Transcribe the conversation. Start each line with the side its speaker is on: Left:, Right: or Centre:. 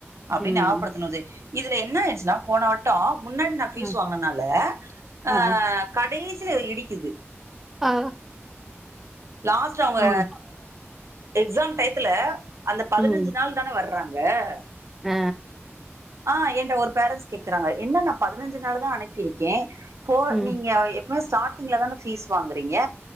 Right: அப்டின்னு
Centre: ம்
Right: ஞாப்படுத்தணும் ஜெய் இதுல என்ன ஆயிட்ச்சுன்னா போனவட்டோம் முன்னாடி நான் ஃபீஸ்
Centre: ம்
Right: வாங்குனனால அ
Centre: ஆ
Right: கடை சில இடிக்கிது
Centre: ஆ
Right: லாஸ்ட் அவங்க
Centre: ம்
Right: எக்ஸா டையத்துல அந்த பதினஞ்சு
Centre: ம்
Right: நாள் தான வர்றாங்க க
Centre: ஆ
Right: ஆ எண்ட ஒரு பேரன்ஸ் கேக்குறாங்க என்னன்னா பதினஞ்சு நாள் தா அனுப்பியிருக்கே போ
Centre: ம்
Right: நீங்க எப்பமே ஸ்டார்ட்டிங்ல தான ப்பீஸ் வாங்குறீங்க